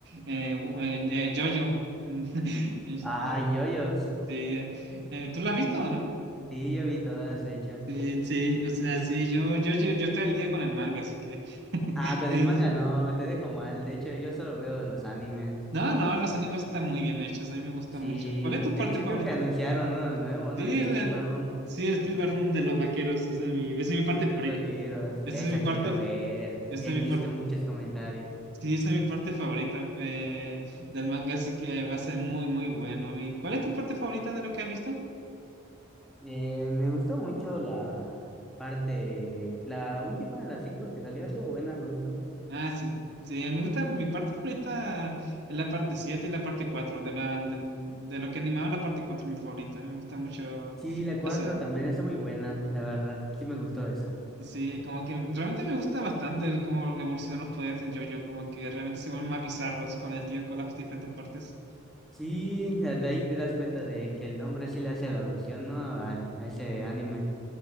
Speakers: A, on the right; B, in the centre.
A: eh, wo- eh, eh, JoJo. <laughs> Es-
B: Ah,
A: yo-
B: yoyos.
A: sí, eh, eh, ¿tú lo has visto o no?
B: Sí, yo vi todas, de hecho.
A: Sí, sí, o sea, sí, yo, yo, yo, yo estoy al día con el manga, así que... <laughs>
B: Ah, con
A: es-
B: el manga no, te dejo mal. De hecho, yo solo veo los animes.
A: no, no, los animes están muy bien hechos, a mí me gusta
B: Sí,
A: mucho. ¿Cuál es tu
B: de
A: parte
B: hecho
A: favorita?
B: creo que anunciaron uno nuevo, ¿no?
A: Sí,
B: El
A: el,
B: Steel Ballroom
A: sí, el Steel Run de los vaqueros, esa es mi, esa es
B: y
A: mi parte
B: los
A: favorita.
B: vaqueros.
A: Esa
B: Esa
A: es mi parte...
B: quiero ver.
A: Esa
B: He
A: es
B: visto
A: mi parte
B: muchos comentarios.
A: Sí, esa es mi parte favorita eh, del manga, así que va a ser muy, muy bueno. ¿Y cuál es tu parte favorita de lo que has visto?
B: Eh, me gustó mucho la parte, la última de las cinco que salió, estuvo buena, me gustó.
A: Ah, sí, sí, me gusta, mi parte favorita es la parte 7 y la parte 4 de, la, del- de lo que animaba la parte 4 es mi favorita, me gusta mucho
B: Sí, la cuatro
A: la ciudad.
B: también está muy buena, la verdad. Sí me gustó esa.
A: Sí, como que realmente me gusta bastante el cómo evolucionan los poderes en JoJo, como que realmente se vuelven más bizarros con el tiempo, con las diferentes partes.
B: Sí, la- de ahí te das cuenta de que el nombre sí le hace la alusión, ¿no? Al, a ese anime.